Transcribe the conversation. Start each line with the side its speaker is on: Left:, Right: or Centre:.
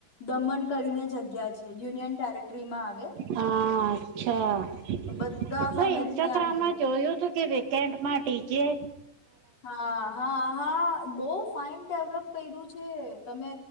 Left: દમન કરીને જગ્યા છે યુનિયન ટેરેટરી માં આવે.
Right: હા અચ્છા
Left: બધા
Right: કોઈ
Left: ફેમિલી
Right: ઇન્સ્ટાગ્રામમાં
Left: ત્યાં છે
Right: જોયું તું. કે વેકડમાં ટી જે.
Left: હા હા હા બહ ફઇન ડેવલપ કર્યું છે. તમે